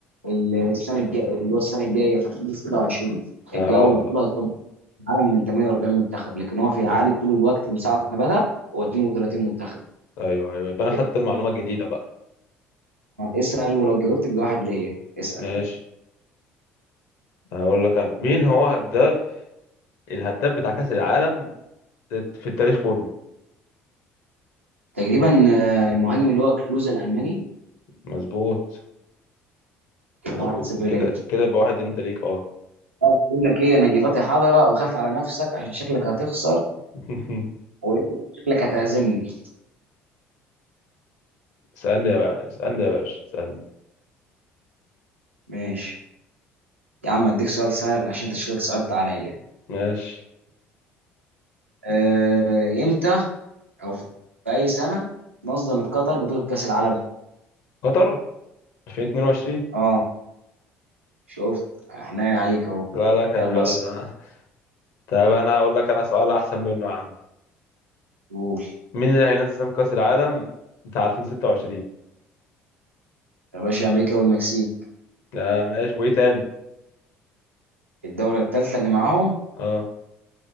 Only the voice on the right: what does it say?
ال- السنة الجاية اللي هو السنة الجاية في 2026
الجو البطولة هتطبق في العالم من 48 منتخب لكن هو في العادي طول الوقت من ساعة ما بدأ هو 32 منتخب
يبقى
اسأل ولو جاوبت بواحد ليا اسأل
تقريبا آه، المهاجم اللي هو كلوزا الالماني
كده
واحد صفر ليا
بقول لك ايه انا جيباتي حاضره وخاف على نفسك عشان شكلك هتخسر
وشكلك هتعزمني
ماشي يا عم اديك سؤال سهل عشان انت شكلك صعبت عليا
آه، امتى او في اي سنه نظمت قطر بطوله كاس العالم
اه شفت احنا عليك اهو
يلا
اسال
قول
يا باشا امريكا والمكسيك
الدوله الثالثه اللي معاهم